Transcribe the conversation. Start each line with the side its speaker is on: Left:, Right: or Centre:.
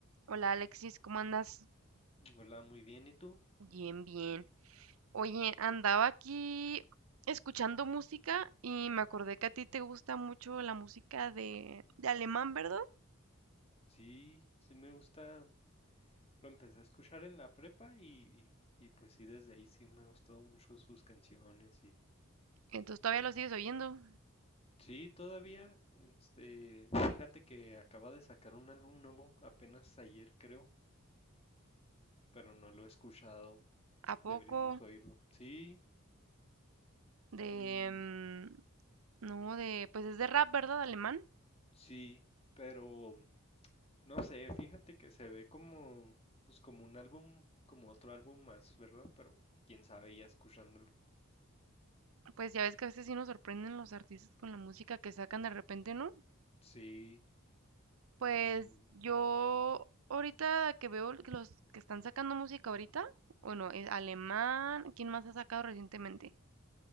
Right: Hola Alexis, ¿cómo andas?
Left: Hola, muy bien. ¿Y tú?
Right: Bien, bien. Oye, andaba aquí escuchando música y me acordé que a ti te gusta mucho la música de, de alemán, ¿verdad?
Left: Sí, sí me gusta. Lo empecé a escuchar en la prepa y, y pues sí, desde ahí sí me ha gustado mucho sus canciones y
Right: Entonces todavía lo sigues oyendo.
Left: sí, todavía, este, fíjate que acaba de sacar un álbum nuevo apenas ayer creo, pero no lo he escuchado.
Right: ¿A
Left: Deberíamos
Right: poco?
Left: oírlo. Sí,
Right: De...
Left: mm,
Right: mm, no, de... Pues es de rap, ¿verdad? Alemán.
Left: sí, pero no sé, fíjate que se ve como, pues como un álbum, como otro álbum más, ¿verdad? Pero quién sabe ya escuchándolo.
Right: Pues ya ves que a veces sí nos sorprenden los artistas con la música que sacan de repente, ¿no?
Left: Sí.
Right: Pues
Left: Mm,
Right: yo ahorita que veo que los que están sacando música ahorita, bueno, es alemán, ¿quién más ha sacado recientemente?